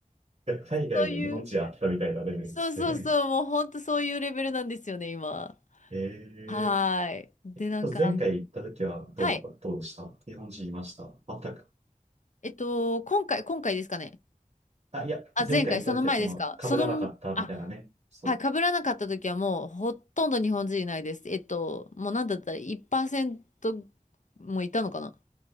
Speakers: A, on the right; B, on the left.
A: いや海外で日本人あったみたいなレベルですね。
B: そういう、そうそうそう、もう本当そういうレベルなんですよね、今。
A: <laughs>
B: はーい。
A: ええ
B: で、なんか、
A: 前回行った時はどうだ、
B: はい。
A: どうでした日本人いました全く。
B: えっと、今回、今回ですかね。
A: あ、いや、
B: あ、
A: 前回行った時はその、
B: 前回、その前ですか。
A: 被らなかったみたいなね。
B: その、あ、
A: そう。
B: はい、被らなかった時はもうほとんど日本人いないです。えっと、もうなんだったら1%もいたのかなっ